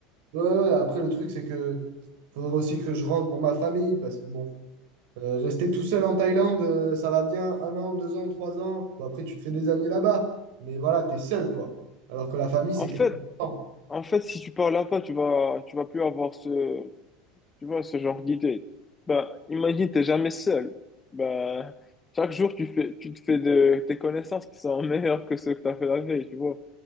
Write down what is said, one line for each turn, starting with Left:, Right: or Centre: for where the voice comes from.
Right: Ouais, ouais, ouais. après, le truc, c'est que faudrait aussi que je rentre pour ma famille parce que bon, euh, rester tout seul en Thaïlande, euh, ça va bien un an, deux ans, trois ans. Bon, après, tu te fais des amis là-bas, mais voilà, t'es seul quoi. Alors que la famille, c'est
Left: En
Right: quelque
Left: fait,
Right: temps.
Left: en fait, si tu pars là-bas, tu vas, tu vas plus avoir ce, Tu vois, ce genre d'idée. Bah, imagine, t'es jamais seul. Bah, chaque jour, tu fais, tu te fais de, des connaissances qui sont <laughs> meilleures que ceux que t'as fait la veille, tu vois.